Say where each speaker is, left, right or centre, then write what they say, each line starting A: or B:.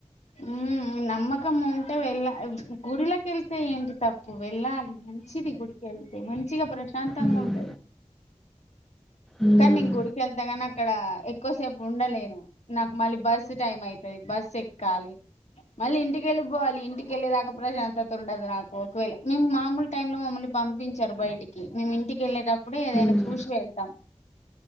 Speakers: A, on the left; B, in the centre.
A: ఉమ్ నమ్మకం ఉంటే వెళ్ళ గుడిలక వెళ్తే ఏంటి తప్పు వెళ్ళాలి మంచిది గుడికి వెళ్తే మంచిగా ప్రశ ప్రశాంతంగా
B: ఉమ్
A: ఉంటది.
B: ఉమ్
A: కనింగ్ గుడికెళ్త గాని అక్కడ ఎక్కువసేపు ఉండలేను నాకు మళ్ళీ బస్సు టైం అయితది బస్సు ఎక్కాలి మళ్ళీ ఇంటికిళ్ళిపోవాలి ఇంటికెళ్ళేదాకా ప్రశాంతత ఉండదు నాకు ఒకవేళ మేము మామూలు టైమ్ లో మమ్మల్ని పంపించరు బయటికి మేము ఇంటికి వెళ్ళేటప్పుడు కుప్పుడే ఏదైనా
B: ఉమ్
A: చే చూసి వెళ్తాం